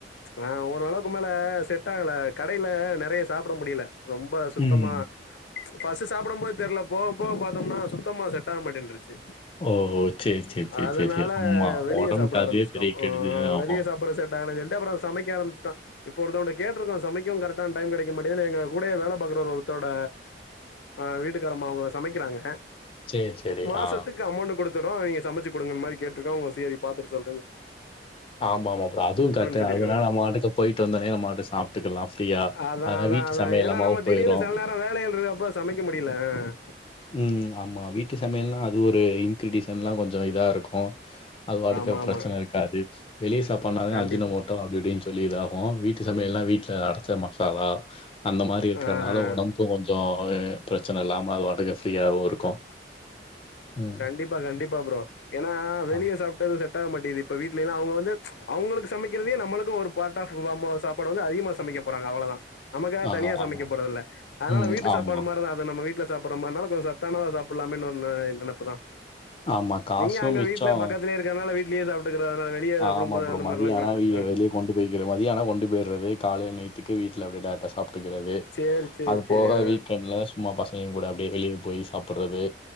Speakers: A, on the left; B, on the left.
A: ஆ ஓரளவுக்கு மே மேல செட் ஆகல கடையில நெறைய சாப்பிட முடியல ரொம்ப சுத்தமா
B: ம்.
A: ஃபஸ்ட்டு சாப்பிடும் போது தெர்ல போக போக பாத்தோம்னா சுத்தமா செட்ட ஆக மாட்டேன்ருச்சு
B: ஓ! சரி, சரி, சரி,
A: அதனால
B: சரி. ஆமா.
A: வெளியே
B: உடம்புக்கு
A: சாப்பிட
B: அதுவே
A: ஆரம்பிச்சிட்டோ
B: பெரிய கெடுதல்
A: ஆ
B: ஆகும்.
A: வெளியே சாப்பிட செட் ஆகலன்னு சொல்லிட்டு அப்றோ சமைக்க ஆரம்பிச்சிட்டோ இப்போ ஒருத்தகிட்ட கேட்டு இருக்கோ சமைக்கவு கரெக்ட்டான டைம் கெடைக்க மாட்டாது எங்க கூடயே வேல பாக்கற ஒருத்தோட ஆ வீட்டுக்காரம்மா அவங்க சமக்கிறாங்க
B: சரி, சரி.
A: மாசத்துக்கு
B: ஆ.
A: அமௌண்ட் குடுத் த்துறோ நீங்க சமச்சு குடுங்க மாரி கேட்டுருக்கோ சேரி அவங்க பாத்துட்டு சொல்றே
B: ஆமா ஆமா அப்புறோ அதுவு கரட்தா
A: சொல்லிருக்காங்க
B: அதனால நம்மாட்டுக்கு போய்ட்டு வந்தொனே நம்மாட்டுக் சாப்ட்டுக்கலா ஃப்ரீயா
A: அதா
B: அதனால
A: அதா
B: வீட்டு
A: அதா
B: சமையல்
A: ஏனா
B: நம்மவும்
A: நம்ம திடீர்னு
B: போயிரும்.
A: சில் நேர வேலைல்ட்ருகப்ப சமைக்க முடில அ அ
B: ம் ஆமா வீட்டு சமையல்னா அது ஒரு இன்க்ரிடிசன்ல்லா கொஞ்சோ இதா இருக்கு அது வாட்டுக்கு
A: ஆமா
B: ப்ரெச்சன
A: ஆமா
B: இருக்காது வெளிய சாப்பாட்னாவே
A: கண்டிப்பா
B: அஜுனமோ ட்டா அப்டி இப்டின் சொல்லி இதாகு வீட்டு சமையல்லா வீட்ல அரச்ச மசாலா அந்த மாரி இருக்கிற்த்னால
A: ஆ
B: ஒடம்புக்கு கொஞ்சோ எ ப்ரெச்சன இல்லாம அதுவாட்டுக்கு ஃப்ரீயாவு இருக்கு ம்
A: கண்டிப்பா கண்டிப்பா ப்ரோ ஏனா வெளியே
B: ஆ,
A: சாப்ட்டாலு செ டடாவ மாட்டிகிது இப்ப வீட்லேனா அவுங்க வந்து அவுங்களுக்கு சமைக்கிறதே நம்மளுக்கு ஒரு பாட் ஆஃப் <unintelligible> சாப் பாடு வந்து அதிகமா சமைக்க போறாங்க அவ்வளதா நமக்காக
B: ஆ
A: தனியா சமைக்க
B: ஆமா.
A: போறதில்ல அதனால
B: ம்.
A: வீட்டு
B: ஆமா.
A: சாப்பாடு மா ட்டுதா அது நம்ம வீட்ல சாப்பிற மார்னால கொஞ்ச சத்தானதா சாப்பில்லாமேன் ஒரு ந நெனப்புதா
B: ஆமா. காசும்
A: நீங்க அங்க
B: மிச்சம்.
A: வீட்ல பக்கத்துலே இருக்கனால வீட்லியே சாப்ட்டுக்கிற அதனால ஃப்ரீயா சாப்பிடும்
B: ஆமா
A: போது
B: ப்ரோ.
A: அந்த
B: மதியம்
A: மார்லா <unintelligible>
B: ஆனா வெ
A: அ
B: வெளிய கொண்டு போய்க்கிற மதியானோ கொண்டு போய்றது காலை நைட்டுக்கு வீட்ல அப்டிய டேர்ட்டா சாப்ட்டுக்கிறது
A: சேரி சேரி
B: அது
A: சேரி
B: போக
A: ஆ
B: வீக்கெண்ட்ல சும்மா பசங்க கூட அப்டியே வெளியே போய் சாப்பிட்றது